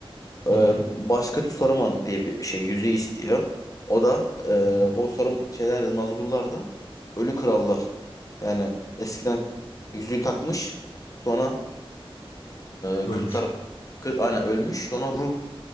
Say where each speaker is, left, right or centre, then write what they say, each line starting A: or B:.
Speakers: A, on the left (about 35°); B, on the left (about 70°).
A: Ee,
B: Hı hı.
A: Başkötü Saruman diye bir şey yüzüğü istiyor. O da e,
B: Hı hı.
A: o Sarum şeylerde Nazgullar da ölü krallar. Yani eskiden yüzüğü takmış sonra e,
B: Ölmüş.
A: kötü taraf kö- aynen ölmüş sonra ruh